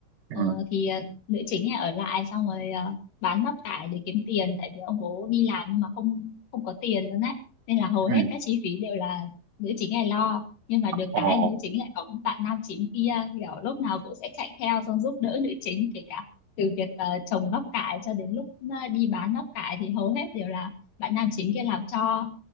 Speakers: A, on the right (about 70°); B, on the left (about 70°).
A: ừ
B: Ờ, thì ờ, nữ chính này ở lại xong rồi ờ, bán bắp cải để kiếm tiền tại vì ông bố đi làm nhưng mà không không có tiền luôn đấy nên là hầu hết
A: ừ
B: các chi phí đều là nữ chính này lo nhưng mà được
A: ồ
B: cái nữ chính lại có bạn nam chính kia kiểu lúc nào cũng sẽ chạy theo xong giúp đỡ nữ chính kể cả từ việc ờ, trồng bắp cải cho đến lúc ờ, đi bán bắp cải thì hầu hết đều là bạn nam chính kia làm cho